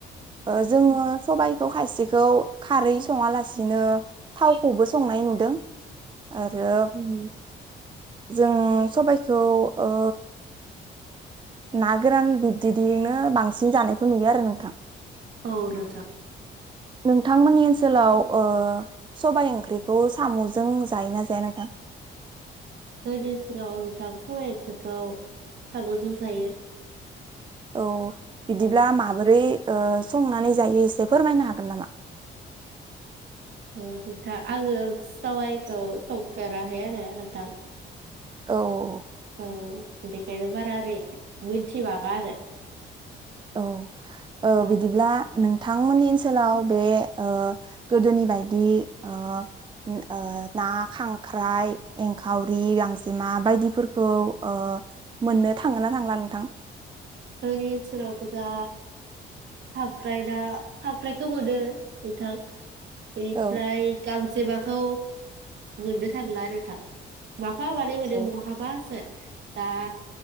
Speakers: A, on the right; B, on the right.
A: ओ जोङो सबाइखौ खायसिखौ खारै सङा लासिनो थावखौबो संनाय नुदों आरो उम जों सबायखौ ओ ना गोरान बिबदियैनो बांसिन जानायखौ नुयो आरो नोंथां
B: औ नोंथां
A: नोंथांमोननि ओनसोलाव ओ सबाइ ओंख्रिखौ साम'जों जायो ना जाया नोंथां
B: जोंनि ओनसोलाव नोंथां सबाइ ओंख्रिखौ साम'जों जायो
A: औ बिदिब्ला
B: औ
A: माबोरै ओ संनानै जायो एसे फोरमायनो हागोन नामा
B: नोंथां आङो सावाइखौ संफेराखै आरो नोंथां
A: औ
B: औ बेनिखायनो बारा ओरै मिथि बाङा आरो
A: औ ओ
B: औ
A: बिदिब्ला नोंथांमोननि ओनसोलाव बे ओ गोदोनि बायदि ओ ओ ना खांख्राइ एंखावरि गांजेमा बायदिफोरखौ ओ मोननो थाङो ना थांला नोंथां
B: जोंनि ओनसोलाव दा खांख्राय ना खांख्राइखौ मोनो नोंथां बेनिफ्राय
A: औ
B: गां जेबाखौ मोननो थांला नोंथां मा फा मानै मोनो
A: औ
B: बहाबासो दा